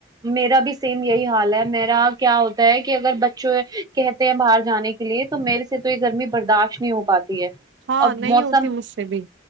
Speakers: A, on the right; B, on the right.
A: میرا بھی سیم یہی حال ہے میرا کیا ہوتا ہے کہ اگر بچوں کہتے ہیں باہر جانے کے لیے تو میرے سے تو یہ گرمی برداشت نہیں ہوتی پاتی ہے
B: ہاں
A: اب
B: نہیں
A: موسم
B: ہوتی مجھ سے بھی